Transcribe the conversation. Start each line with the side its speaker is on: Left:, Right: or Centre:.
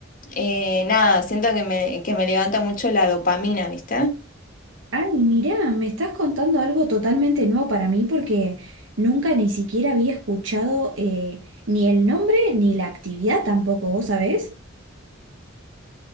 Left: eh, nada, siento que me, que me levanta mucho la dopamina, ¿viste?
Right: Ay, mirá, me estás contando algo totalmente nuevo para mí porque nunca ni siquiera había escuchado eh, ni el nombre ni la actividad tampoco, ¿vos sabés?